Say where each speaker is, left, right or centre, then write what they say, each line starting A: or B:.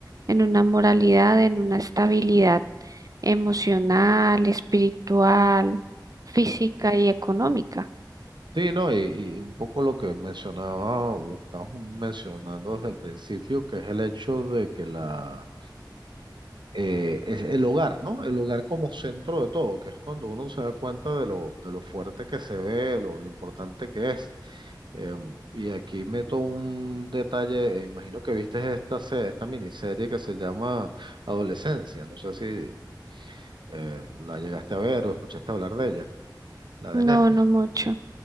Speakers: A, on the right; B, on the right.
A: en una moralidad, en una estabilidad emocional, espiritual, física
B: cierto.
A: y económica.
B: Sí, no, y, y un poco lo que mencionaba, o lo que estábamos mencionando desde el principio, que es el hecho de que la, eh, es el hogar, ¿no? El hogar como centro de todo, que es cuando uno se da cuenta de lo, de lo fuerte que se ve, lo, lo importante que es. Eh, y aquí meto un detalle, eh, imagino que viste esta, se- esta miniserie que se llama Adolescencia, no sé si eh, la llegaste a ver o escuchaste hablar de ella, la
A: No,
B: de Netflix.
A: no mucho.